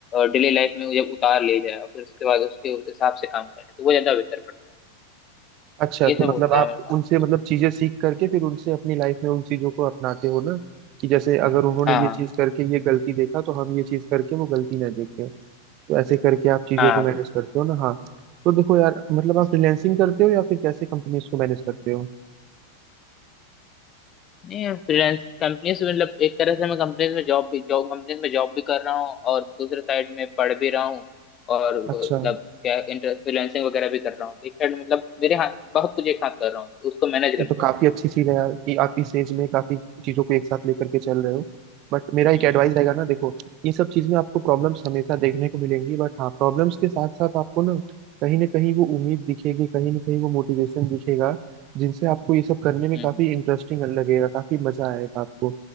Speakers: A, on the left (about 30°); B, on the right (about 40°).
A: डेली लाइफ में जब उतार ले जाए फिर उसके बाद उसके हिसाब से काम करे तो वो ज्यादा बेहतर पड़ता है
B: अच्छा
A: ये
B: तो
A: सब
B: मतलब
A: होता
B: आप
A: है मेरे साथ
B: उनसे
A: फिर
B: मतलब चीजें सीख करके फिर उनसे अपनी लाइफ में उन चीजों को अपनाते हो ना कि जैसे अगर उन्होंने
A: हाँ
B: ये
A: हाँ
B: चीज करके ये गलती देखा तो हम ये चीज करके वो गलती ना देखें तो ऐसे करके आप चीजों
A: हाँ
B: को मैनेज
A: बिल्कुल
B: करते हो ना हाँ तो देखो यार मतलब आप
A: हम्म।
B: फ्रीलैंसिंग करते हो या फिर कैसे कंपनीज को मैनेज करते हो
A: नहीं फ्रीलांस कंपनीज मतलब एक तरह से मैं कंपनीज में जॉब भी जॉब कंपनीज में जॉब भी कर रहा हूँ और दूसरे साइड में पढ़ भी रहा हूँ और मतलब
B: अच्छा
A: क्या इंटर फ्रीलांसिंग वगैरह भी कर रहा हूँ एक साइड मतलब मेरे हाथ बहुत कुछ एक साथ कर रहा हूँ मैं, तो उसको मैनेज करना
B: ये तो
A: पड़
B: काफी
A: रहा
B: अच्छी चीज है यार कि आप इस एज में काफी चीजों को एक साथ लेकर के चल रहे हो बट मेरा एक
A: है
B: एडवाइस रहेगा ना देखो ये सब चीज में आपको प्रॉब्लम्स हमेशा देखने को मिलेंगी बट हाँ प्रॉब्लम्स के साथ साथ आपको ना कहीं ना कहीं वो उम्मीद दिखेगी कहीं ना कहीं वो मोटिवेशन दिखेगा जिनसे आपको ये सब करने में
A: हम्म
B: काफी इंटरेस्टिंग लगेगा काफी मजा आएगा आपको